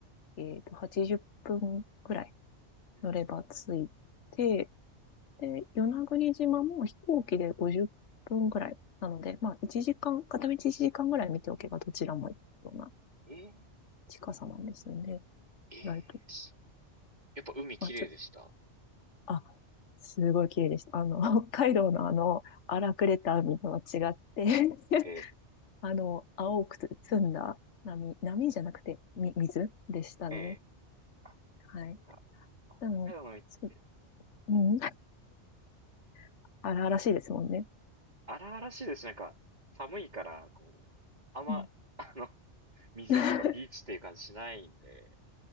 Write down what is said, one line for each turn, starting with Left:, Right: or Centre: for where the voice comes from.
Left: えっと、80分くらい
Right: ー、うん
Left: 乗れば着いて、で、与那国島も飛行機で50分くらいなので、
Right: え
Left: まあ、1時間、片道1時間ぐらい見ておけばどちらも行くような
Right: ー、え
Left: 近さなんですよね。
Right: ー、えーし
Left: 意外と。
Right: やっぱ海綺麗でした。
Left: まあ、ちょ、あ、すごい綺麗でした。あの、北海道のあの、荒くれた海とは違って
Right: え
Left: あの、青くつ澄んだ波、波じゃなくて、み、水でしたね。
Right: ー、え
Left: はい。
Right: ー、なんか、
Left: でも、
Right: 北海道の海って、
Left: そう、うん、<laughs> 荒々しいですもんね。
Right: 荒々しいですし。なんか、寒いから、こう、あんま、
Left: うん。
Right: <laughs> あの、水着とかビーチっていう感じしないんで、
Left: <laughs>